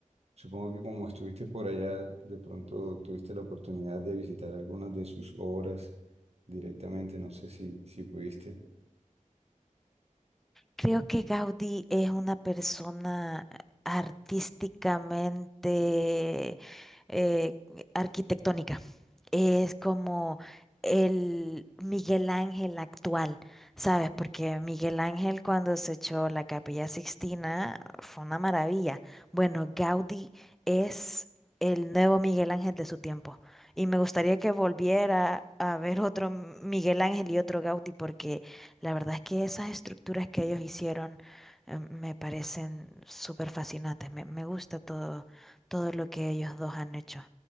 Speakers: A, on the right; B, in the centre.
A: Supongo que como estuviste por allá, de pronto tuviste la oportunidad de visitar algunas de sus obras directamente. No sé si, si pudiste.
B: Creo que Gaudí es una persona artísticamente, eh, arquitectónica es como el Miguel Ángel actual, ¿sabes? Porque Miguel Ángel cuando se echó la Capilla Sixtina fue una maravilla. Bueno, Gaudí es el nuevo Miguel Ángel de su tiempo. Y me gustaría que volviera a ver otro M- Miguel Ángel y otro Gaudí, porque la verdad es que esas estructuras que ellos hicieron eh, me parecen súper fascinantes. Me, me gusta todo, todo lo que ellos dos han hecho